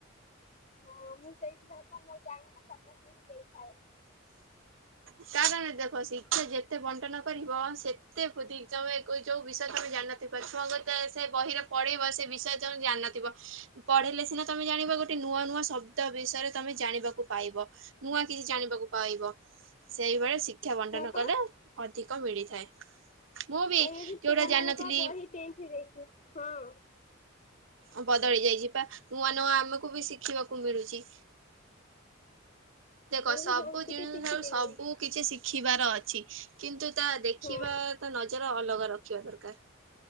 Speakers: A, on the left; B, on the right.
A: ହଁ ମୁଁ ସେଇଥି ଭାକ ମୋ ଜାଣ ମୁଁ ସମସ୍ତଙ୍କୁ ଦେଇଥାଏ
B: ତା ସାଙ୍ଗରେ ଦେଖ ଶିକ୍ଷା ଯେତେ ବଣ୍ଟନ କରିବ ସେତେ ପ ଦି ଯୋଉ ଏ କୋଉ ଯୋଉ ବିଷୟ ତମେ ଜା ନଥିପା ଛୁଆଙ୍କ ତେ ସେ ବହିର ପଢ଼େଇବ ସେ ବିଷୟ ତମେ ଜାଣିନଥିବ ପଢ଼େଇଲେ ସିନା ତମେ ଜାଣିବ ଗୋ ଟେ ନୂଆ ନୂଆ ଶବ୍ଦ ବିଷୟରେ ତମେ ଜାଣିବାକୁ ପାଇବ। ନୂଆ କିଛି ଜାଣିବାକୁ ପାଇବ। ସେଇଭଳି ଶିକ୍ଷା ବଣ୍ଟନ
A: ହଁ ପା
B: କଲେ ଅଧିକ ମିଳିଥାଏ। ମୁଁ ବି
A: ଏବେ ଯୋଉ ପିଲାମାନଙ୍କ
B: ଯୋଉଟା ଜାଣିନଥିଲି
A: ବହି ଚେଞ୍ଚ୍ ହେଇଯାଇଛି। ହଁ।
B: ଅ ବଦଳି ଯାଇଚି ପା ନୂଆ ନୂଆ ଆମୁକୁ ବି ଶିଖିବାକୁ ମିଳୁଚି। ଦେଖ
A: ମୁଁ
B: ସବୁ
A: ବି ବହୁତ କିଛି
B: ଜିନିଷ
A: ଶିଖିଲିଣି
B: ଠାରୁ ସବୁ କିଛି ଶିଖିବାର ଅଛି କିନ୍ତୁ ତା ଦେଖିବା
A: ହଁ
B: ତା ନଜର ଅଲଗା ରଖିବା ଦରକାର।